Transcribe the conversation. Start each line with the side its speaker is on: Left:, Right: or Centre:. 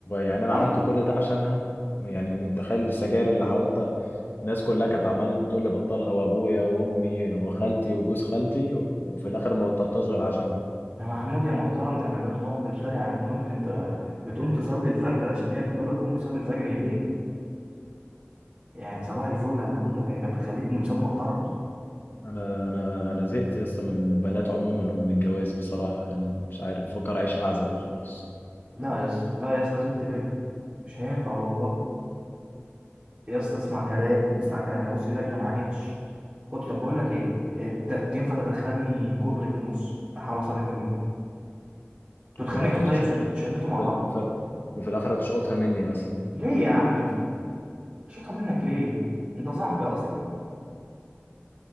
Left: يعني انا
Right: طيب
Left: عملت كل ده عشانها يعني متخيل السجاير اللي حاولت الناس كلها كانت عمال بتقول لي بطلها وابويا وامي وخالتي وجوز خالتي وفي الاخر ما بطلتهاش غير عشانها
Right: يا محمود يا محترم ده احنا كنا بنقعد نتريق عليك نقول لك انت بتقوم تصلي الفجر عشان هي بتقول لك قوم صلي الفجر يا بيبي يعني صباح الفل يا محمود هي كانت بتخليك من انسان محترم
Left: انا انا انا زهقت يا اسطى من البنات عموما ومن الجواز بصراحه يعني مش عارف بفكر اعيش اعزب وخلاص
Right: لا يس لا يس لازم تبله مش هينفع والله يا اسطى اسمع كلام اسمع كلامي ابوس ايدك ما تعاندش خد طب بقول لك ايه انت تنفع تدخلني كوبري في النص احاول اصالح ما بينكم انتوا
Left: وفي
Right: اتخانقتوا
Left: الاخر
Right: طيب
Left: تشقط
Right: شد... شدتوا مع
Left: وفي,
Right: بعض
Left: الآ- وفي وفي الاخر تشقطها مني مثلا
Right: ليه يا عم شوطها منك ليه انت صاحبي اصلا